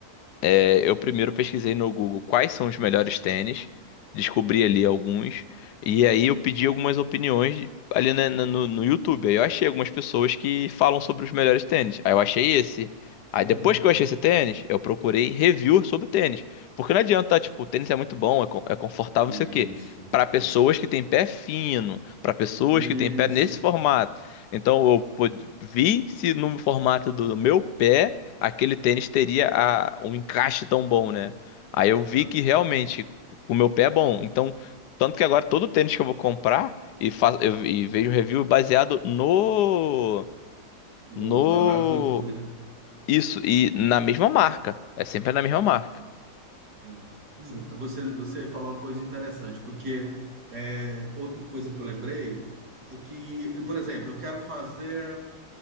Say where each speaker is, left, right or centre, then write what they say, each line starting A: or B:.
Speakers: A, on the left; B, on the right.
A: É, eu primeiro pesquisei no Google quais são os melhores tênis, descobri ali alguns, e aí eu pedi algumas opiniões ali na- na- no, no YouTube. Aí eu achei algumas pessoas que falam sobre os melhores tênis. Aí eu achei esse. Aí
B: uhum.
A: depois que eu achei esse tênis, eu procurei review sobre o tênis. Porque não adianta, tá, tipo, o tênis é muito bom, é, con- é confortável,
B: Isso,
A: não sei o quê. Para
B: isso,
A: pessoas que têm pé fino, para pessoas
B: isso.
A: que têm pé nesse formato. Então eu pod- vi se no formato do do meu pé aquele tênis teria a- um encaixe tão bom, né? Aí eu
B: É.
A: vi que realmente o meu pé é bom. Então, tanto que agora todo tênis que eu vou comprar e, fa- eu- e vejo review baseado no
B: No,
A: no
B: na análise do YouTube, né?
A: isso e na mesma marca. É sempre na mesma marca.
B: É. Cara, Você, você falou uma coisa interessante, porque é, outra coisa que eu lembrei é que, por exemplo, eu quero fazer.